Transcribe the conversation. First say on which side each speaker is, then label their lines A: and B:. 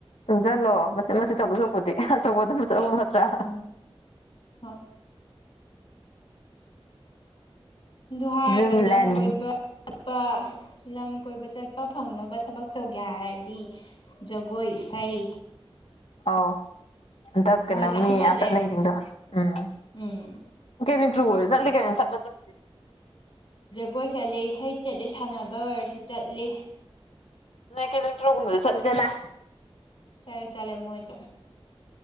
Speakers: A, on the left; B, on the left.
A: ꯇꯨꯡꯖꯠꯂꯣ ꯃꯆꯤꯠ ꯃꯆꯤꯠ ꯇꯧꯗꯣꯏ ꯁꯔꯨꯛꯄꯨꯗꯤ ꯑꯆꯧꯕꯗꯣ ꯐꯠꯇ꯭ꯔꯥ
B: ꯎꯝ ꯍꯣꯏ ꯑꯗꯨ ꯍꯥꯏꯔꯒ
A: ꯗ꯭ꯔꯤꯝ
B: ꯂꯝ
A: ꯂꯦꯟ
B: ꯀꯣꯏꯕ ꯆꯠꯄ ꯂꯝ ꯀꯣꯏꯕ ꯆꯠꯄ ꯐꯪꯅꯕ ꯊꯕꯛ ꯇꯧꯒꯦ ꯍꯥꯏꯔꯗꯤ ꯖꯒꯣꯏ ꯏꯁꯩ
A: ꯑꯥꯎ ꯍꯟꯇꯛ ꯀꯩꯅꯣ
B: ꯃꯣꯏꯁꯦ
A: ꯃꯤ
B: ꯆꯠꯂꯦ
A: ꯌꯥꯝ ꯆꯠꯅꯩꯁꯤꯡꯗꯣ ꯎꯝ
B: ꯎꯝ
A: ꯀꯦꯕꯤꯟ ꯀ꯭ꯔꯨ ꯑꯣꯏꯁꯨ ꯆꯠꯂꯤ ꯀꯩꯅꯣ ꯆꯠꯄꯗꯨꯕꯨꯗꯤ
B: ꯖꯒꯣꯏ ꯆꯠꯂꯤ ꯏꯁꯩ ꯆꯠꯂꯤ ꯁꯥꯟꯅꯕ ꯑꯣꯏꯔꯁꯨ ꯆꯠꯂꯤ
A: ꯀꯦꯕꯟ ꯀ꯭ꯔꯨ ꯒꯨꯝꯕꯁꯧ ꯆꯠꯂꯤꯗꯅ
B: ꯆꯂꯦ ꯆꯂꯦ ꯃꯣꯏꯖꯨ